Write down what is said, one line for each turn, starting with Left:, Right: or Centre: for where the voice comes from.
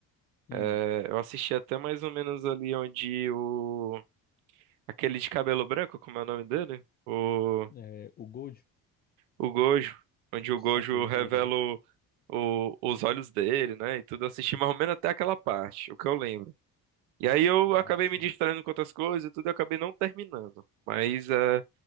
Left: Hum,
Right: É, Eu assisti até mais ou menos ali onde o aquele de cabelo branco, como é o nome dele? O
Left: é, o Gojo,
Right: o Gojo, onde o Gojo
Left: Satoru
Right: revela
Left: Gojo.
Right: o, o- os olhos dele, né? E tudo, eu assisti mais ou menos até aquela parte, o que eu lembro. E aí eu
Left: Ah,
Right: acabei
Left: sim.
Right: me distraindo com outras coisas e tudo, eu acabei não terminando. Mas é,